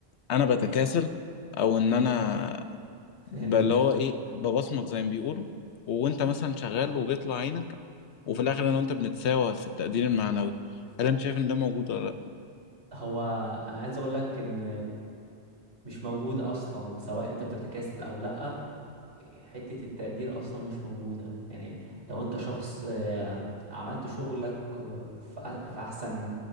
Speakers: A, on the left; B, on the right.
A: انا بتكاسل او ان انا
B: فهمتك
A: ب- اللي هو ايه ببصمك زي ما بيقولوا وانت مثلا شغال وبيطلع عينك وفي الاخر انا وانت بنتساوى في التقدير المعنوي هل انت شايف ان ده موجود ولا لا
B: هو انا عايز اقول لك ان مش موجود اصلا سواء انت بتتكاسل او لا حته التقدير اصلا مش موجوده يعني لو انت شخص آه، عملت شغلك آه، في أح- في احسن